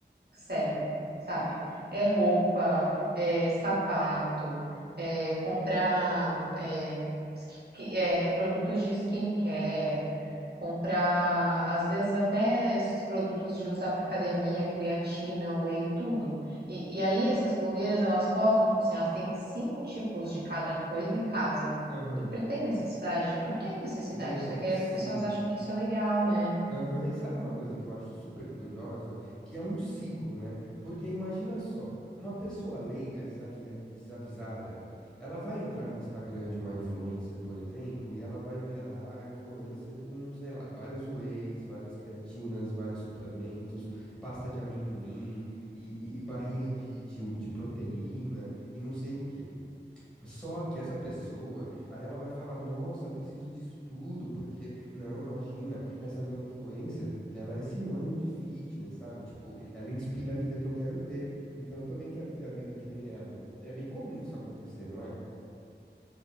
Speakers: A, on the right; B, in the centre.
A: serve, sabe? É roupa, é sapato, é comprar é, ski- é, produtos de skincare, comprar, às vezes até esses produtos de usar para academia, creatina, whey, tudo. E, e aí essas blogueiras, elas postam, tipo assim, elas têm cinco tipos de cada coisa em casa.
B: Aham.
A: E pre- tem necessidade? Não tem necessidade.
B: Meu,
A: Só que aí
B: sim.
A: as pessoas acham que isso é legal, né?
B: Aham, E sabe uma coisa que eu acho super curiosa? Que é um ciclo, né? Porque imagina só, uma pessoa leiga, desavia- desavisada, ela vai entrar no Instagram de uma influencer, por exemplo, e ela vai ver lá a influencer com, sei lá, vários wheys, várias creatinas, vários suplementos, pasta de amendoim e, e- e barrinha de, de de proteína e não sei o quê. Só que essa pessoa, aí ela vai falar: Nossa, eu preciso disso tudo, porque, não, imagina, essa minha influencer, ela é sinônimo de fitness, sabe? Tipo, ela inspira a vida que eu quero ter. Então eu também quero ter a vida que nem ela. É bem comum isso acontecer, não é?